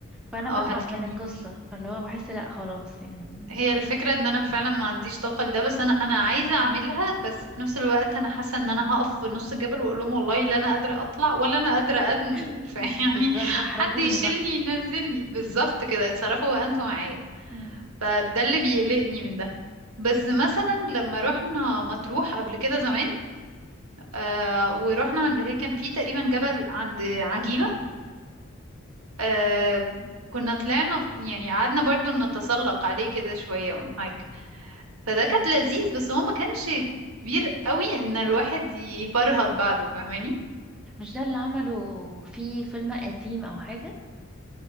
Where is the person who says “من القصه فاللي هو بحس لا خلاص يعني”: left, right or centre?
Centre